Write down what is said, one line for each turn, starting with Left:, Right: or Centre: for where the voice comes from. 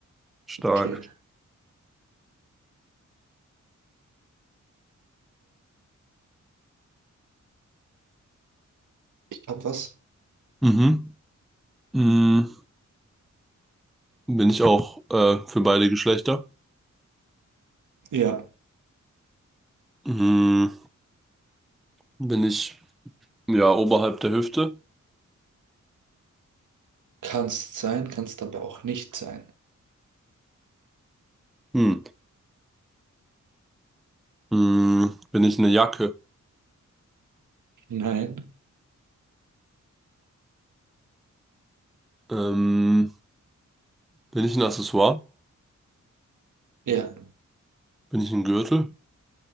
Centre: Stark.
Right: Okay. Ich hab was?
Centre: Mhm. Mhm. Bin ich auch äh, für beide Geschlechter?
Right: Ja.
Centre: Mhm. Bin ich, ja, oberhalb der Hüfte?
Right: Kannst sein, kannst aber auch nicht sein.
Centre: Hm. Mhm. Bin ich eine Jacke?
Right: Nein.
Centre: Ähm, bin ich ein Accessoire?
Right: Ja.
Centre: Bin ich ein Gürtel?